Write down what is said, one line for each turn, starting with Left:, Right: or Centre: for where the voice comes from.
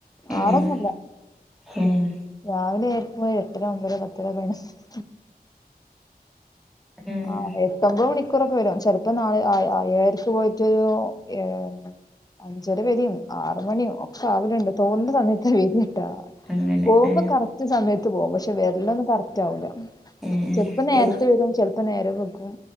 Centre: ഏഹ്
Left: ആറൊന്നുല്ല
Centre: ഏഹ്
Left: രാവിലെ എര്ക്കുമ്പോ ഒര് എട്ടര ഒമ്പര പത്തര പതിനൊന്ന് <inaudible>
Centre: ഏഹ്
Left: ആഹ് എട്ട് ഒമ്പത് മണി <unintelligible> വരും ചെലപ്പോ നാളെ ആ ആ ഏഴരക്ക് പോയിട്ട് ഏഴ് അഞ്ചര വരും ആറ് മണിയാവും ഒക്കെ ആവല് ഉണ്ട് തോന്നുന്ന സമയത്താ വര്ട്ടാ
Centre: അങ്ങനെ
Left: പോവുമ്പോ
Centre: ഏഹ്
Left: കറക്റ്റ് സമയത്ത് പോവും പക്ഷെ വരലൊന്നും കറക്റ്റ് ആവൂല
Centre: ഏഹ്
Left: ചെലപ്പോ നേരെത്തെ
Centre: യു
Left: വരും ചെലപ്പോ നേരം നേരം വൈകും